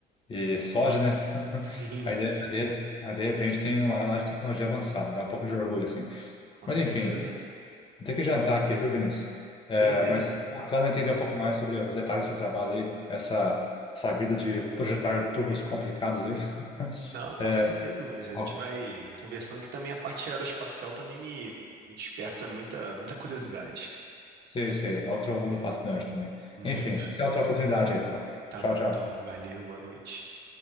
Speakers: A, on the left; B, on the right.
A: e soja, né? <laughs>
B: <laughs> sim,
A: Aí
B: sim.
A: de, aí de aí, de repente tem uma área lá de tecnologia avançada, dá um pouco de orgulho, assim.
B: Com
A: Mas
B: certeza.
A: enfim. Tem que jantar aqui, viu, Vinícius? É,
B: Beleza,
A: mas
B: cara.
A: bacana entender um pouco mais sobre os detalhes do seu trabalho aí, essa, essa vida de projetar tubos complicados aí. <laughs>
B: Não, com
A: É,
B: certeza, mas a
A: ó,
B: gente vai conversando que também a parte aeroespacial também me, me desperta muita, muita curiosidade.
A: sei, sei, é outro mundo fascinante também.
B: Muito.
A: Enfim, até outra oportunidade aí, então.
B: Tá
A: Tchau,
B: bom,
A: tchau.
B: então. Valeu, boa noite.